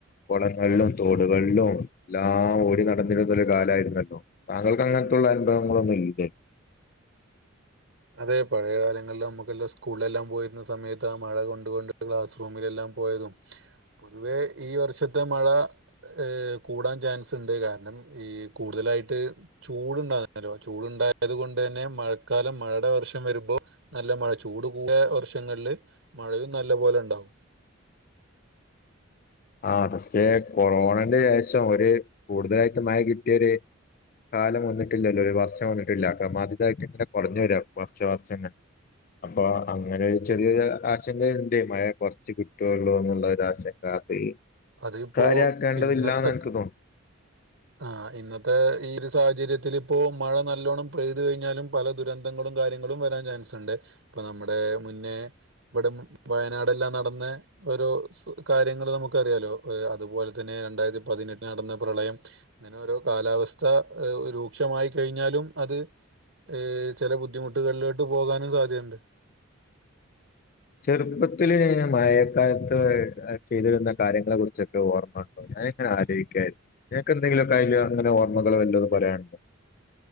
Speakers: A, on the left; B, on the right.
A: കൊള വെള്ളം തോട് വെള്ളം എല്ലാ ഓടി നടന്നിരുന്നൊരു കാലായിരുന്നല്ലോ താങ്കൾക്ക് അങ്ങനത്തുള്ള അനുഭവങ്ങളൊന്നുല്ലെ
B: അതെ പഴയ കാലങ്ങല്ലാം നമ്മക്കെല്ലാ സ്കൂളിലെല്ലാം പോയിരുന്ന സമയത്ത് ആ മഴ കൊണ്ട് കൊണ്ട് ക്ലാസ് റൂമിലെല്ലാം പോയതും പോതുവേ ഈ വർഷത്തെ മഴ ഏ കൂടാൻ ചാൻസുണ്ട് കാരണം ഈ കൂ കൂടുതലായിട്ട് ചൂടുണ്ടാവുന്നേരം ചൂടുണ്ടായത് കൊണ്ട് തന്നെ മഴക്കാലം മഴ ത്ത വർഷം വരുമ്പോൾ നല്ല മഴ ചൂട് കൂടിയ വർഷങ്ങള്ല് മഴയും നല്ല പോലെ ഉണ്ടാവും
A: ആ പക്ഷേ കൊറോണന്റെ ശേഷം ഒരു കൂടുതലായിട്ട് മഴ കിട്ടിയൊര് കാലം വന്നിട്ടില്ലല്ലോ ഒരു വർഷം വന്നിട്ടില്ല കമ്മാതിതായാട്ട് ഇങ്ങനെ കൊറഞ്ഞുവരാ വർഷ വർഷം ഇങ്ങനെ അപ്പോ അങ്ങനൊരു ചെറിയോരു ആശങ്കയുണ്ട് മഴ കൊറച്ച് കിട്ടോള്ളൂ എന്നുള്ള ആശങ്ക അത്
B: അതിപ്പോ
A: കാര്യാക്കേണ്ടതില്ലാന്ന്
B: ഇന്നത്തെ
A: എനിക്ക് തോന്നുന്നു
B: ആ ഇന്നത്തെ ഈ ഒരു സാഹചര്യത്തില് ഇപ്പോ മഴ നല്ലോണ്ണം പെയ്ത് കഴിഞ്ഞാലും പല ദുരന്തങ്ങളും കാര്യങ്ങളും വരാൻ ചാൻസ് ഉണ്ട് പ്പോ നമ്മുടെ മുന്നേ ഇവിടെ വയനാട്ല്ലാം നടന്ന് ഓരോ കാര്യങ്ങള് നമുക്കറിയാലോ അതുപോലെ തന്നെ രണ്ടായിരത്തി പതിനെട്ടി നടന്ന പ്രളയം ഇങ്ങനെ ഓരോ കാലാവസ്ഥ രൂക്ഷമായി കഴിഞ്ഞാലും അത് ഏ ചെല ബുദ്ധിമുട്ടുകള്ലോട്ട് പോകാനും സാധ്യതണ്ട്
A: ചെറുപ്പത്തില് മഴക്കാലത്ത് അഹ് ചെയ്തിരുന്ന കാര്യങ്ങളെ കുറിച്ചൊക്കെ ഓർമ്മണ്ടോ അഹ് അങ്ങനെ ആലോചിക്കായ്രുന്നു നിനക്ക് എന്തെങ്കിലും ഒക്കെ അയലങ്ങനെ ഓർമ്മകൾ വല്ലോന്ന് പറയാൻണ്ടോ